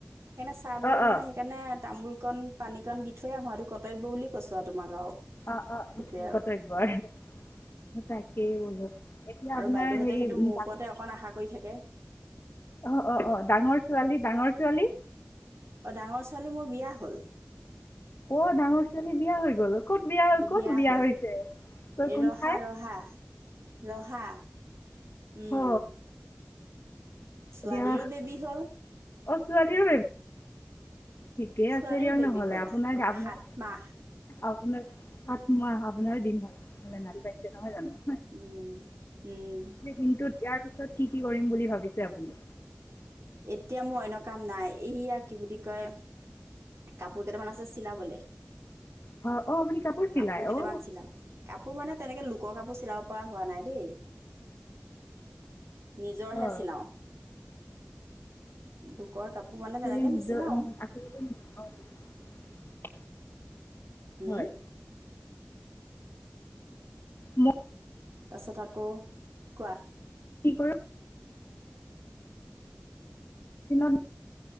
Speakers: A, on the right (about 70°); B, on the left (about 55°).
A: সেইকাৰণে চাৰ বেদক
B: অঁ
A: মানে
B: অঁ
A: সেইকাৰণে তামুল অকণ পানীকণ দি থৈ আহোঁ আৰুটো কৰ্তব্য বুলি কৈছো আৰু তোমাক আৰু।
B: অ, অ,
A: সেইটোৱে
B: অ,
A: আৰু
B: কত্যাৰ তাকেই বলো এতিয়া
A: আৰু
B: আপোনাৰ
A: বাইদেউহঁতে
B: হেৰি
A: সেইটো
B: অ,
A: মোৰ ওপৰতে
B: অ,
A: অকণ আশা কৰি থাকে
B: অ, ডাঙৰ ছোৱালী ডাঙৰ ছোৱালী?
A: অ', ডাঙৰ ছোৱালী মোৰ বিয়া হ'ল।
B: অ', ডাঙৰ ছোৱালী বিয়া হৈ গ'ল? ক'ত ক'ত
A: বিয়া হ'ল,
B: হৈছে তই কোন
A: ৰহা,
B: ঠাই
A: ৰহা, ৰহা, উম।
B: অ
A: ছোৱালীৰো
B: এতিয়া অ
A: বেবী হ'ল।
B: ছোৱালীৰো বেবী ঠিকেই
A: ছোৱালীৰো
B: আছে দিয়ক
A: বেবী
B: নহলে
A: হ'ল
B: আপোনাৰ আপোনাৰ
A: সাত মাহ
B: আপোনাৰ সাত মাহ আপোনাৰ দিন। নেনাৰি পাইছে নহয় জানো
A: উম, উম।
B: এই দিনটোত ইয়াৰ পিছত কি কি কৰিম বুলি ভাবিছে আপুনি?
A: এতিয়া মোৰ অন্য কাম নাই। এইয়া কি বুলি কয়, কাপোৰ কেইটামান আছে চিলাবলৈ।
B: অ অ আপুনি চিলাই
A: কাপোৰ কেইটামান
B: অ
A: চিলাম। কাপোৰ মানে তেনেক লোকৰ কাপোৰ চি চিলাব পৰা হোৱা নাই দেই। <inaudible> নিজৰহে
B: অ
A: চিলাওঁ। লোকৰ কাপোৰ মানে
B: খালি
A: তেনেকৈ
B: নিজৰ
A: নিচিলাওঁ
B: <unintelligible>
A: হুম।
B: হয় মই
A: তাৰপিছত আকৌ কোৱা।
B: কি কৰ দিনত